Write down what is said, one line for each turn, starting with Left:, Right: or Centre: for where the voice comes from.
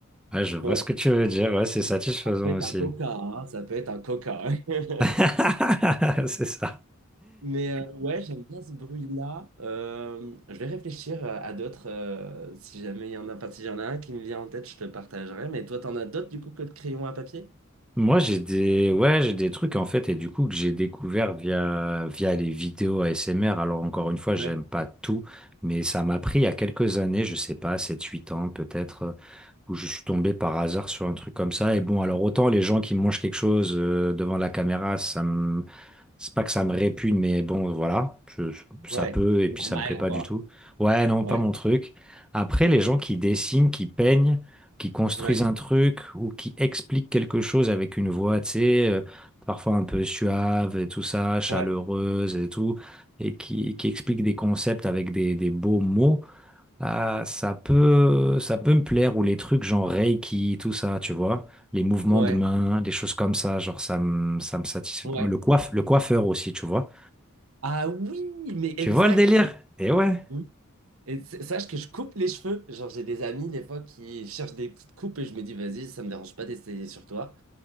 Centre: Ouais, je vois
Right: Bon,
Centre: ce que tu veux dire. Ouais, c'est satisfaisant
Right: ça peut être
Centre: aussi.
Right: un coca, hein, ça peut être un coca. hein. <laughs>
Centre: <laughs> C'est ça.
Right: Mais euh, ouais, j'aime bien ce bruit-là. Euh, je vais réfléchir à, à d'autres euh, si jamais il y en a, enfin, si y en a un qui me vient en tête, je te partagerai. Mais toi, t'en as d'autres du coup que le crayon à papier?
Centre: Moi, j'ai des, ouais, j'ai des trucs en fait, et du coup, que j'ai découvert via, via les vidéos ASMR. Alors, encore une fois,
Right: Ouais,
Centre: j'aime pas tout, mais ça m'a pris il y a quelques années, je sais pas, sept huit ans peut-être, euh, où je suis tombé par hasard sur un truc comme ça. Et bon, alors, autant les gens qui mangent quelque chose euh, devant la caméra, ça me, c'est pas que ça me répugne, mais bon, voilà, je- ça
Right: ouais,
Centre: peut, et puis
Right: normal,
Centre: ça me plaît pas
Right: quoi.
Centre: du tout. Ouais, non,
Right: Ouais,
Centre: pas mon truc. Après, les gens qui dessinent, qui peignent, qui construisent
Right: ouais,
Centre: un truc ou qui expliquent quelque chose avec une voix, tu sais, euh, parfois un peu suave et tout ça, chaleureuse
Right: ouais,
Centre: et tout, et qui, qui expliquent des concepts avec des, des beaux mots, ah, ça peut, ça peut me plaire, ou les trucs genre Reiki, tout ça, tu vois, les mouvements
Right: ouais,
Centre: de main, des choses comme ça, genre ça me, ça me satisfait.
Right: ouais.
Centre: Le coiffe, le coiffeur aussi, tu vois.
Right: Ah oui, mais exact.
Centre: Tu vois le délire? Eh ouais.
Right: Oui. Et s- sache que je coupe les cheveux. Genre, j'ai des amis, des fois, qui cherchent des petites coupes et je me dis, vas-y, ça me dérange pas d'essayer sur toi.